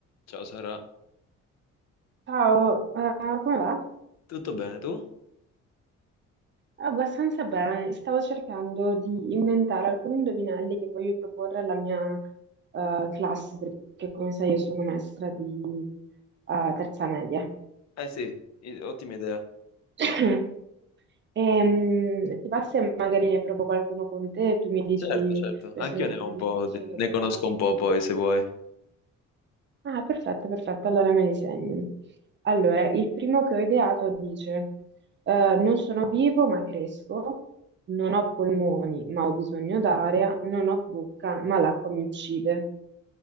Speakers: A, on the left; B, on the right.
A: Ciao Sara,
B: Ciao, eh, come va?
A: tutto bene tu?
B: Abbastanza bene. Stavo cercando di inventare alcuni indovinelli che voglio proporre alla mia eh, classe, perché come sai io sono maestra di eh, terza media.
A: Eh sì, i- ottima idea.
B: <coughs> <clears throat> E, ti va se magari ne provo qualcuno con te e tu mi dici
A: Certo, certo,
B: che
A: anch'io
B: sono troppo
A: ne ho un
B: difficili,
A: po', di-
B: troppo
A: ne conosco
B: facili?
A: un po' poi se vuoi.
B: Ah, perfetto, perfetto, allora me li segno. Allora, il primo che ho ideato dice, eh, non sono vivo ma cresco, non ho polmoni ma ho bisogno d'aria, non ho bocca ma l'acqua mi uccide.